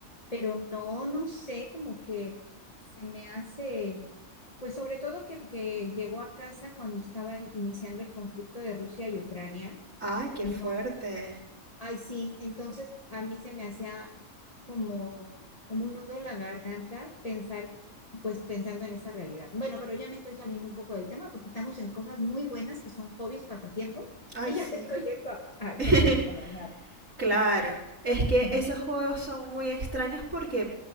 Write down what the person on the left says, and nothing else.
pero no, no sé, como que se me hace, pues sobre todo que, que llegó a casa cuando estaba in- iniciando el conflicto de Rusia y Ucrania.
y
Ay, sí, entonces a mí se me hacía como, como un nudo en la garganta pensar, pues pensando en esa realidad. Bueno, pero ya me estoy saliendo un poco del tema porque estamos en cosas muy buenas que son hobbies, pasatiempos, <laughs>
y
ya me estoy yendo a, a eso
que no, para nada.
<laughs>